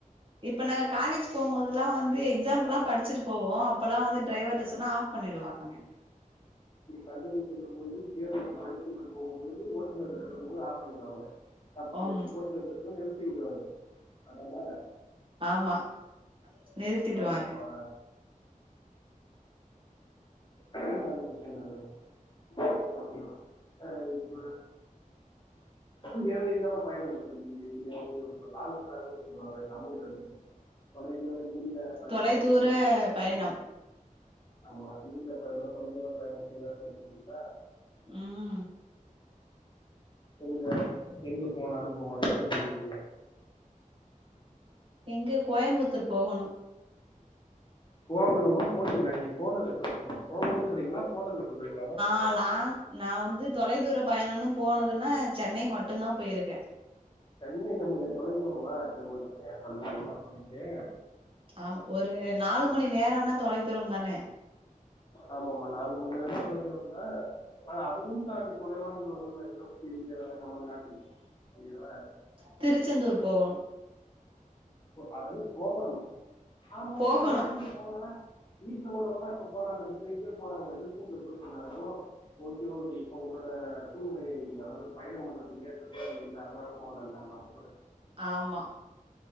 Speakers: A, on the right; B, on the left.
A: இப்ப நாங்க காலேஜ் போம்போது அதெல்லா வந்து எக்ஸாம்குல்லா படிச்சிட்டு போவோ அப்பல்லா வந்து டிரைவர்ட்ட சொன்னா ஆஃப் பண்ணிடுவாங்க
B: கல்லூரிக்கு செல்லும் போது தேர்வுக்கு படிச்சிட்டு போம்போது ஓட்டுனர் கிட்ட சொல்லும் போது ஆஃப் பண்ணிடுவாங்க தப்பு
A: ம்
B: போட்டு வச்சிருந்தாலு நிறுத்தி விடுவாரு அதனால
A: ஆமா நிறுத்திடுவாங்க
B: ஆமப்பா அத வச்சி என்ன பண்ண ஆ இப்ப வேற எங்கல்லா பயணம் போய்ட்ருக்கீங்க எங்கயாவது லாங் டிராவல் இந்த மாரி நாங்களு தெரிஞ்சிக்கிறோ தொலை தூர நீண்ட பயணமாக
A: தொலை தூர
B: சொல்லுங்க ஏதாவது போயிட்ருக்கீங்களா
A: பயணம்
B: ஆமா நீண்ட பயணம் தொலைதூரப் பயணம் இப்டி ஏதாவது போயிட்ருக்கீங்களா
A: ம்
B: எங்க எங்க போன அனுபவோ எங்க போயிருக்கீங்க
A: எங்க கோயம்புத்தூர் போகணு
B: போகணுமா போனீங்களா நீங்க போனது எப்ப இப்ப போகணுன்றீங்களா போனத சொல்றீங்களலா மேம்
A: ஆ லாங் நா வந்து தொலைதூர பயணன்னு போனதுன்னா சென்னை மட்டுந்தா போயிருக்கே
B: சென்னை நமக்கு தொலைதூரமா <unintelligible> தொலைதூரமா உங்களுக்கு
A: ஆமா ஒரு நாலு மணி நேரன்னா தொலைதூரம் தானே
B: ஆமாமா நாலு மணி நேரன்னா தொலைதூரந்தா ஆனா அதுவும் தாண்டி தொலைவானது ஒரு உண்ம <unintelligible> நமது நாட்டில் தெரியுமா
A: திருச்செந்தூர் போகணு
B: அதாது போகணும் ஆமா
A: போகணு
B: ஏ நீங்க போல வீட்ல உள்ளவங்களா இப்ப போனாங்க எனக்கு தெரிஞ்சே போனாங்க திருச்செந்தூர் போயிட்டு வந்தாங்க எவ்ளோ ஓகே ஓகே இப்ப உன்னோட சூழ்நிலை அதாவது பயண பண்றதுக்கு ஏற்றதா இல்ல அதனால போ வேண்டாங்டாங்களா
A: ஆமா